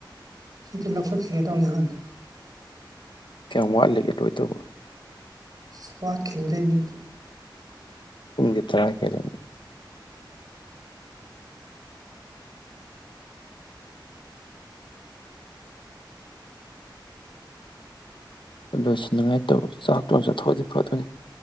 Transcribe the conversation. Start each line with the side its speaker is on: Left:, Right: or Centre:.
Right: ꯁꯤꯁꯨ ꯂꯧꯈꯠꯈꯤꯒꯦ ꯇꯧꯅꯦ ꯍꯥꯟꯅ
Left: ꯀꯌꯥꯝ ꯋꯥꯠꯂꯤꯒꯦ ꯂꯣꯏꯗꯧꯕ
Right: ꯁ ꯋꯥꯠꯈꯤꯅꯤꯗ ꯑꯩ
Left: ꯄꯨꯪꯗꯤ ꯇꯔꯥ ꯍꯦꯜꯂꯦ ꯂꯣꯏꯁꯤꯟꯅꯅꯤꯉꯥꯏ ꯇꯧꯔꯤ ꯆꯥꯛꯇꯣ ꯍꯟꯅꯥ ꯆꯠꯊꯣꯛꯑꯗꯤ ꯐꯥꯗꯧꯅꯤ